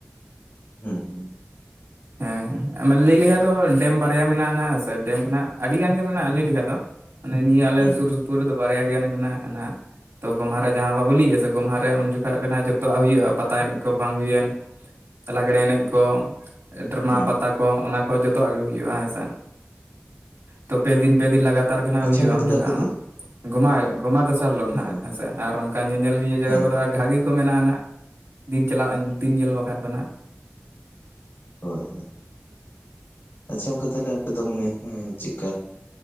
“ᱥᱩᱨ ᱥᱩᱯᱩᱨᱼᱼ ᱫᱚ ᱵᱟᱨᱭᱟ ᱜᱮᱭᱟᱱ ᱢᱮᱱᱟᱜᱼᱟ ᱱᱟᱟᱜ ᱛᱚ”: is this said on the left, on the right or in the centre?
Right